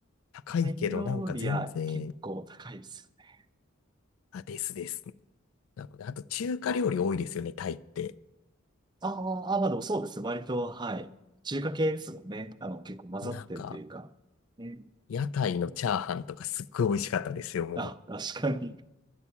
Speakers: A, on the left; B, on the right.
A: 高いけど、
B: タイ料理は結構高いですよね。
A: なんか全然、あ、ですです。なので、あと中華料理多いですよね、タイって。
B: あーあー、あまあでもそうですよ。割と、はい。中華系ですもんね。あの、結構混ざってるというか。
A: なんか、
B: ね。
A: 屋台のチャーハンとかすっごい美味しかったですよ、も
B: あ、確かに。